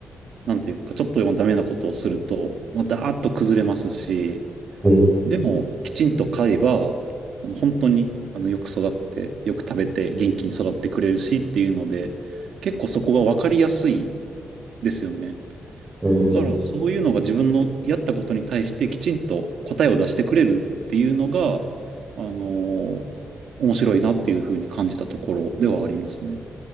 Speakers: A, on the right; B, on the right.
A: なんていうか、ちょっとでもダメなことをすると、まあダーッと崩れますし、
B: うん、
A: でも、きちんと飼えば、あの本当に、あの、よく育って、よく食べて、元気に育ってくれるしっていうので、結構そこが分かりやすいですよね。
B: うん、
A: だから、そういうのが自分のやったことに対してきちんと答えを出してくれるっていうのが、あのー面白いなっていうふうに感じたところではありますね。